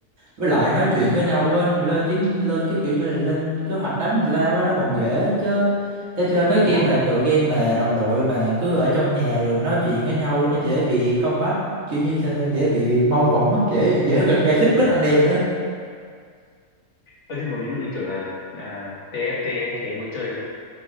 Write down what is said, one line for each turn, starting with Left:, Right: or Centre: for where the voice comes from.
Right: với lại nói chuyện
Left: ừ
Right: với nhau quên lên chiến lên cái kiểu như là lên kế hoạch đánh lao á nó còn dễ chứ thế chơi mấy
Left: đúng
Right: game
Left: rồi
Right: mà tựa game mà đồng đội mà cứ ở trong nhà rồi nói chuyện với nhau nó dễ bị combat kiểu như sao ta dễ bị mâu thuẫn lắm dễ dễ gây gây xích mích
Left: ừ
Right: anh em nữa
Left: Ơ, nhưng mà ví dụ như kiểu là à, TFT ấy, thì em có chơi không